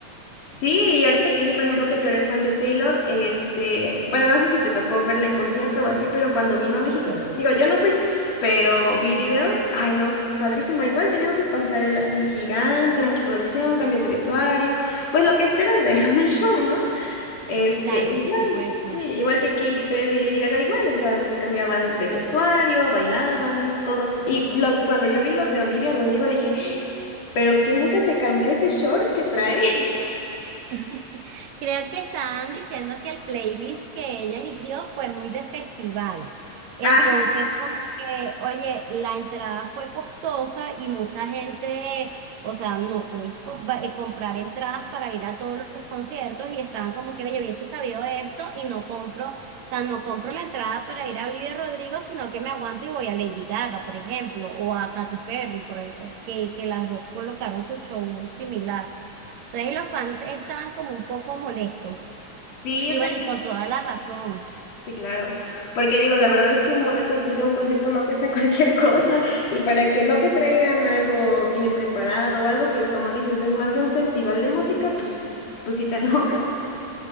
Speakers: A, on the left; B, on the right.
A: Sí, y ahorita que dices, por ejemplo, que tú eres fan de Taylor, este, bueno, no sé si te tocó verla en concierto o así, pero cuando vino a México,
B: Ay,
A: digo, yo no fui, pero vi videos, ay no, padrísimo, igual tenía su pasarela así gigante, mucha producción, cambios de vestuario, pues lo que esperas de <laughs> un show, ¿no? Este,
B: Claro,
A: igual,
B: por supuesto.
A: sí, igual que Katy Perry y Lady Gaga, igual, o sea, se cambiaban de vestuario, bailaban, todo. Y lo, cuando yo vi los de Olivia Rodrigo dije, pero que nunca se cambió ese short que trae. <laughs>
B: <laughs> Creo que estaban diciendo que el playlist que ella eligió fue muy de festival. Entonces,
A: Ah,
B: como que, oye, la entrada fue costosa y mucha gente, o sea, no puedes co- va- eh, comprar entradas para ir a todos los conciertos y estaban como que, oye, hubiese sabido esto y no compro, o sea, no compro la entrada para ir a Olivia Rodrigo, sino que me aguanto y voy a Lady Gaga, por ejemplo, o a Katy Perry, por el- eh, que, que las dos colocaron su show similar. Entonces los fans estaban como un poco molestos.
A: sí,
B: Y
A: yo también.
B: bueno, y con toda la razón,
A: Sí, claro. Porque digo, la verdad es que un boleto así de un concierto no cuesta <laughs> cualquier cosa. Y para que no te traigan algo bien preparado o algo que, como dices, es más de un festival de música, pues, pues sí te enoja.